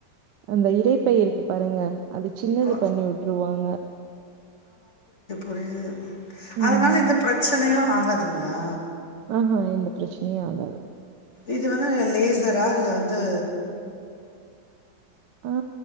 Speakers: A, on the right; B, on the left.
A: அந்த இறைப்பை இருக்கும் பாருங்க அது சின்னது
B: ஓ
A: பண்ணி விட்டுருவாங்க
B: ஒரே அதுனால
A: ம்.
B: எந்த ப்ரச்சனையு ஆகாதுங்ளா
A: ஆ ஹா எந்த ப்ரச்சனையு ஆகாது
B: இது வந்து லேசரா இல்ல வந்து
A: ஆ